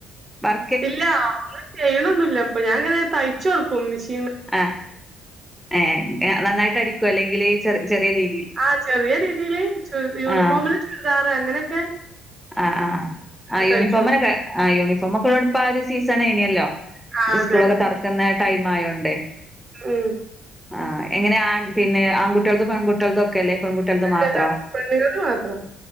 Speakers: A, in the centre; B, on the right.
A: വർ
B: ഇല്ല ഒന്നും ചെയ്യണൊന്നില്ല അപ്പൊ ഞാങ്ങനെ തയ്ച്ച കൊടുക്കും മിഷ്
A: ആഹ് ഏ നന്നായിട്ട് അടിക്കൊ അല്ലെങ്കില് ചെറ് ചെറ്യെ രീ
B: ആഹ് ചെറിയ രീതിയിൽ ചുരി യൂണിഫോമില്
A: ആഹ്
B: ചുരിദാറ് അങ്ങനെയൊക്കെ
A: ആഹ് ആഹ്
B: ഞാൻ
A: ആഹ്
B: തയ്ച്ചു
A: യൂണിഫോമിനൊക്കെ
B: കൊടുക്കും
A: ആ യൂണിോമ ഒക്കെടുപ്പ ആ ഒരു സീസൺ ഇനിയല്ലോ
B: ആ അതെ
A: സ്കൂളൊക്കെ തൊറക്കുന്ന ടൈം ആയോണ്ടേ
B: ഉം
A: ആഹ് എങ്ങനെ ആഹ് പിന്നെ ആങ്കുട്ട്യാൾതും പെങ്കുട്ട്യാൾതും ഒക്കെ അല്ലെ പെങ്കു ത്
B: അല്ലല്ല
A: മാത്രോ
B: പെണ്ണുങ്ങൾത് മാത്രം